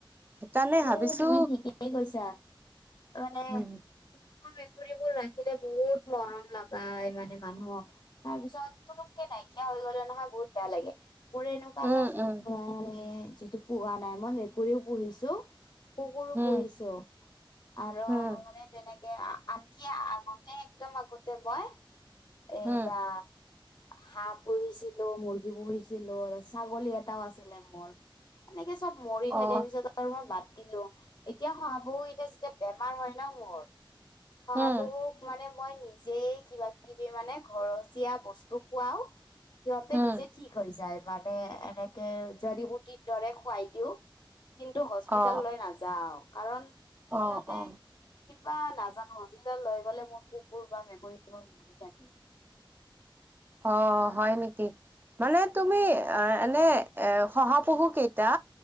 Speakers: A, on the right (about 20°); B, on the left (about 45°).
A: সেইকাৰণে
B: এ-
A: ভাবিছো
B: তুমি ঠিকেই কৈছা মানে
A: উম
B: কুকুৰ- মেকুৰীৰ কুকুৰ ৰাখিলে বহুত মৰম লগাই মানে মানুহক, তাৰ পিছত পুতুককে নাইকিয়া হৈ গ'লে নহয় বহত বেয়া লাগে। মোৰ এনেকুৱা এটা
A: উম
B: জন্তু
A: উম
B: নাই মানে যিটো পোহা নাই। মই মেকুৰীও পুহিছো। কুকুৰো
A: হম
B: পুহিছো আৰু
A: হম
B: মানে তেনেকে আনকি আগতে একদম আগতে মই এইয়া
A: হম
B: হাঁহ পুহিছিলো। মুৰ্গী পুহিছিলো। তাছত ছাগলী এটাও আছিলে মোৰ। এনেকে চব মৰি থাকে
A: অ
B: পিছত মই বাদ দিলো এতিয়া শহাপহুকেইটা যেতিয়া বেমাৰ হয় ন মোৰ শহাপহু
A: হম
B: মানে মই নিজে কিবা-কিবি মানে ঘৰচীয়া বস্তু খুৱাও। সিহঁতে
A: হম
B: নিজে ঠিক হৈ যায় মানে এনেকে জৰি বুটিৰ দৰে খুৱাই দিও। কিন্তু হস্পিতাল
A: অ
B: লৈ নাযাওঁ কাৰণ সিহঁতে
A: অ অ
B: কিবা নাজানো হস্পিটাল লৈ গ'লে মোৰ কুকুৰ বা মেকুৰীবোৰ মৰি থাকে। <inaudible>
A: অ' হয় নেকি? মানে তুমি আহ এনে এ শহাপহু কেইটা